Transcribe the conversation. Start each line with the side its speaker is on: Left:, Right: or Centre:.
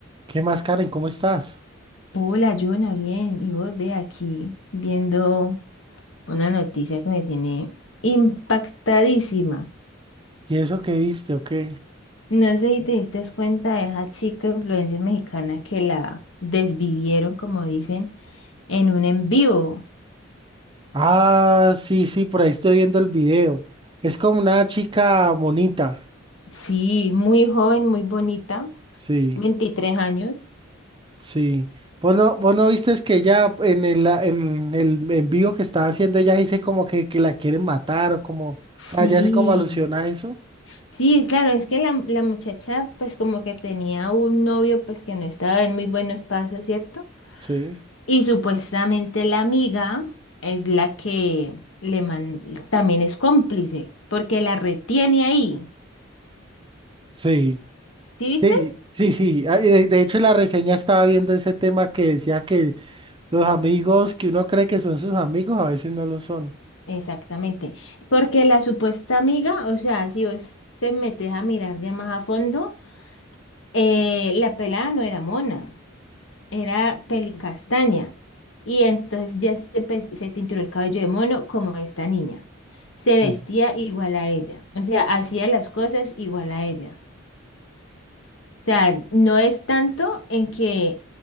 Right: ¿Qué más, Karen? ¿Cómo estás?
Left: Hola, Jonah, bien. Y vos ve aquí viendo una noticia que me tiene impactadísima.
Right: ¿Y eso que viste o qué?
Left: No sé si te diste cuenta de esa chica influencer mexicana que la desvivieron, como dicen, en un en vivo.
Right: Ah, sí, sí, por ahí estoy viendo el video. Es como una chica bonita.
Left: Sí, muy joven, muy bonita,
Right: Sí,
Left: 23 años.
Right: sí. ¿Vos no, vos no viste que ella en el, la- en el en vivo que estaba haciendo, ella dice como que, que la quieren matar o como, o
Left: Sí,
Right: sea, ella hace como alusión a eso?
Left: sí, claro, es que la, la muchacha pues como que tenía un novio pues que no estaba en muy buenos pasos, ¿cierto?
Right: Sí.
Left: Y supuestamente la amiga es la que le man- también es cómplice, porque la retiene ahí.
Right: Sí,
Left: ¿Sí viste?
Right: sí, sí, sí. Ah, y De, de hecho, en la reseña estaba viendo ese tema que decía que los amigos que uno cree que son sus amigos a veces no lo son.
Left: Exactamente. Porque la supuesta amiga, o sea, si vos te metes a mirar ya más a fondo, eh, la pelada no era mona, era pelicastaña. Y entonces ya se, pe- se tinturó el cabello de mono como esta niña. Se vestía
Right: Sí.
Left: igual a ella. O sea, hacía las cosas igual a ella. sea, no es tanto en que,